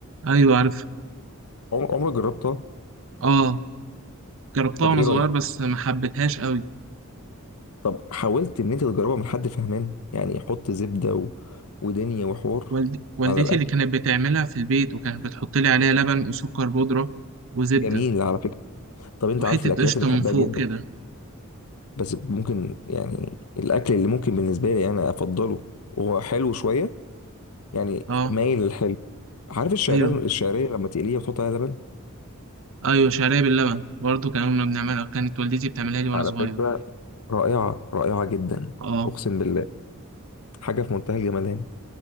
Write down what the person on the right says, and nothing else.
ايوه عارف
اه جربتها
وانا
صغير
بس ما حبيتهاش قوي
والد... والدتي
اللي كانت بتعملها في البيت وكانت بتحط لي عليها لبن وسكر بودره وزبده
وحتة
قشطة
من فوق
كده
اه
ايوه
ايوه شعرية باللبن برضه كنا كنا بنعملها كانت والدتي بتعملها لي وانا
صغير
اه